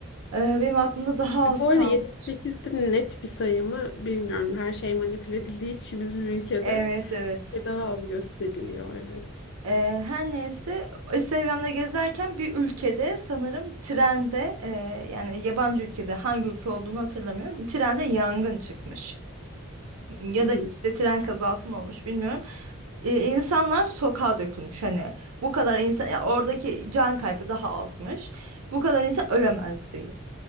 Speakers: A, on the right (about 80°); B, on the left (about 50°).
A: e, benim aklımda daha
B: E,
A: az
B: bu
A: kalmış.
B: arada yetmiş sekiz de net bir sayı mı bilmiyorum. Her şey manipüle edildiği için bizim ülkede
A: Evet evet.
B: daha az gösteriliyor evet.
A: Ee, her neyse Instagram'da gezerken bir ülkede sanırım trende e, yani yabancı ülkede hangi ülke olduğunu hatırlamıyorum. Trende yangın çıkmış. Ya
B: Hı
A: da
B: hı.
A: işte tren kazası mı olmuş bilmiyorum. Ee, insanlar sokağa dökülmüş hani bu kadar insan ya oradaki can kaybı daha azmış. Bu kadar insan ölemez diye.